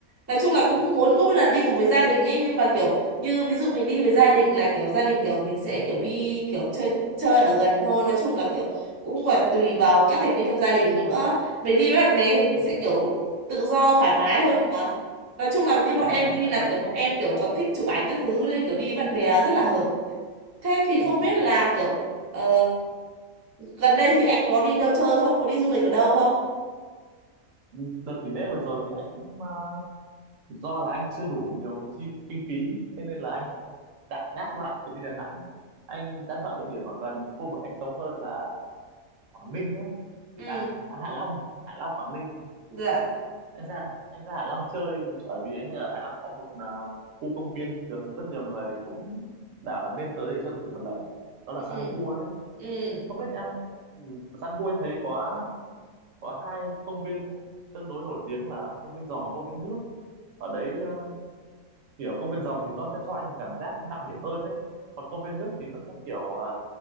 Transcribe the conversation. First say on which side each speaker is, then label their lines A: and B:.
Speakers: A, on the right; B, on the right.
A: Nói chung là cũng
B: Ừ,
A: muốn có một lần đi cùng với gia đình ấy nhưng mà kiểu như ví dụ mình đi với gia đình là kiểu gia đình kiểu mình sẽ kiểu đi kiểu chơi chơi ở gần thôi. Nói chung là kiểu cũng còn tùy vào các thành viên trong gia đình nữa. Mình đi với bạn bè thì mình
B: ừ,
A: sẽ kiểu tự do thoải mái hơn
B: vâng.
A: mà. Nói chung là như
B: ừ,
A: bọn em
B: anh cũng
A: đi
B: thấy
A: là
B: vậy.
A: kiểu bọn em kiểu còn thích chụp ảnh các thứ nên kiểu đi với bạn bè rất là hợp. Thế thì
B: Ừ,
A: không biết là kiểu ờ, gần đây thì anh có đi đâu chơi không? Có đi du lịch ở đâu không?
B: ừ, đợt nghỉ lễ vừa rồi thì anh cũng ờ, do là anh chưa đủ nhiều chi kinh phí, thế nên là anh tạm gác lại chuyến đi Đà Nẵng. Anh đã chọn địa điểm ở gần khu vực anh sống hơn là Quảng Ninh ấy.
A: ừ
B: À, à Hạ Long, Hạ Long Quảng Ninh
A: dạ
B: em ra em ra Hạ Long chơi bởi vì em thấy ở Hạ Long có một à, khu công viên được rất nhiều người cũng bảo là nên tới để chơi thử một lần đó là
A: Ừ,
B: Sun Gua ấy
A: ừ,
B: không biết em ừ, Sun Gua em thấy có có hai công viên tương đối nổi tiếng là công viên rồng và công viên nước ở đấy à, kiểu công viên rồng thì nó sẽ cho anh một cảm giác nó mạo hiểm hơn đấy còn công viên nước thì nó sẽ kiểu à,